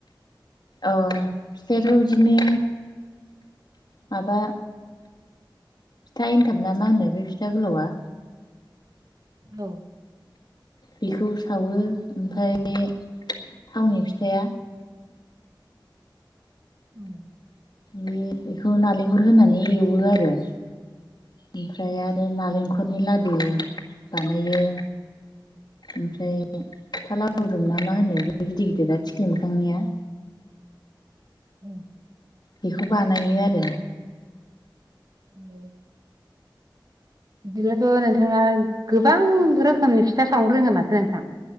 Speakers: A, on the left; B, on the right.
A: अ फिथायाथ' बिदिनो माबा फिथा एन्थाब ना मा होनो बे फिथा गोलावा।
B: औ
A: बेखौ सावो ओमफ्राय थावनि फिथाया
B: औ
A: बे बेखौ नालेंखर होनानै एवो आरो। ओमफ्राय आरो नालेंखरनि लादु बानायो। ओमफ्राय फिथा लाउदुम
B: औ
A: ना मा होनो बे गिदिर गिदिरा थिख्लि मोखांनिया?
B: उ
A: बेखौ बानायो आरो।
B: औ बिदिब्लाथ' नोंथाङा गोबां रोखोमनि फिथा सावनो रोङो माथो नोंथां।